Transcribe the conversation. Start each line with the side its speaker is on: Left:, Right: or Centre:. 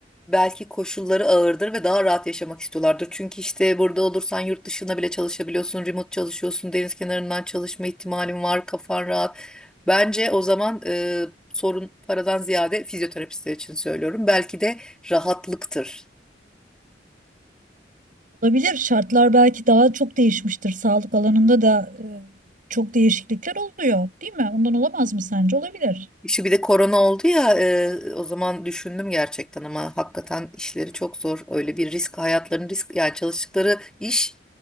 Centre: belki koşulları ağırdır ve daha rahat yaşamak istiyorlardır. Çünkü işte burada olursan yurt dışına bile çalışabiliyorsun, remote çalışıyorsun, deniz kenarından çalışma ihtimalin var, kafan rahat. Bence o zaman e, sorun paradan ziyade fizyoterapistler için söylüyorum. Belki de rahatlıktır
Right: olabilir? Şartlar belki daha çok değişmiştir. Sağlık alanında da e, çok değişiklikler oluyor, değil mi? Ondan olamaz mı sence? Olabilir.
Centre: Şu bir de korona oldu ya e, o zaman düşündüm gerçekten ama hakikaten işleri çok zor. Öyle bir risk hayatlarının risk yani çalıştıkları iş